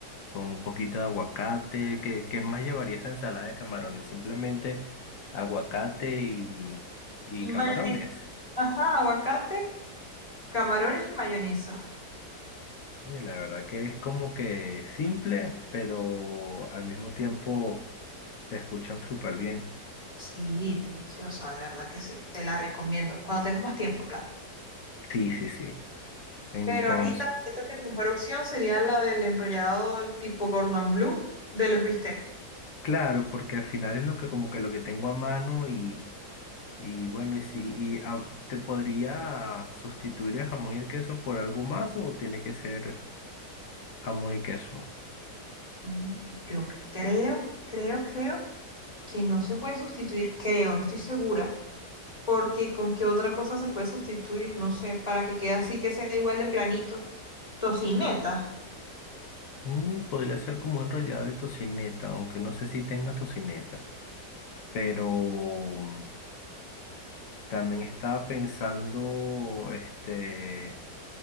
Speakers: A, on the left; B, on the left.
A: con un poquito de aguacate. ¿Qué, qué más llevaría esa ensalada de camarones? Simplemente aguacate y, y
B: Y
A: camarones.
B: mayonesa. Ajá, aguacate, camarones y mayonesa.
A: Y la verdad que es como que simple, pero al mismo tiempo se escuchan súper bien.
B: Sí, deliciosa, de verdad que sí. Te la recomiendo. Cuando tengas más tiempo, claro.
A: Sí, sí, sí. Entonces,
B: Pero ahorita siento que tu mejor opción sería la del enrollado del tipo Gordon Blue de los bistecs.
A: claro, porque al final es lo que como que lo que tengo a mano y, y bueno, y si y ah, ¿te podría sustituir el jamón y el queso por algo más o tiene que ser jamón y queso?
B: Mm, Yo creo, creo, creo que no se puede sustituir, creo, no estoy segura, Porque con qué otra cosa se puede sustituir, no sé, para que quede así, que sea igual de planito. Tocineta.
A: Mm, podría ser como enrollado de tocineta, aunque no sé si tenga tocineta, pero también estaba pensando, este...